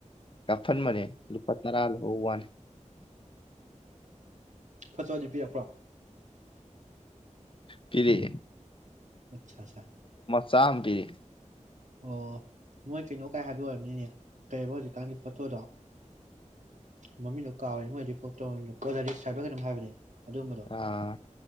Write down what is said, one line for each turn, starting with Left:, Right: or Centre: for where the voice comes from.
Left: ꯀꯐꯟ ꯃꯅꯦ ꯂꯨꯠꯅꯔꯥꯂꯣ ꯍ ꯋꯥꯟ
Right: ꯐꯆꯣꯅꯤꯄꯤꯤꯄ꯭ꯔ
Left: ꯐꯤꯔꯤ
Right: ꯑꯆꯥꯆꯥ
Left: ꯆꯥꯃ ꯄꯤꯔꯤ
Right: ꯑꯣ ꯃꯣꯏ ꯀꯩꯅꯣ ꯀꯥꯏ ꯍꯥꯏꯕ ꯑꯣꯏꯔꯕꯝꯅꯤꯅꯦ ꯀꯩ ꯍꯧꯖꯤꯛꯀꯥꯟꯒꯤ ꯐꯣꯇꯣꯗꯣ ꯃꯃꯤꯡꯗꯣ ꯀꯥꯎꯔ ꯃꯣꯏꯗꯤ ꯐꯣꯇꯣ ꯄꯣꯂꯔꯤꯁ ꯍꯥꯏꯕ꯭ꯔꯥ ꯀꯩꯅꯣꯝ ꯍꯥꯏꯕꯅꯦ ꯑꯗꯨꯝꯕꯗꯣ
Left: ꯑꯥ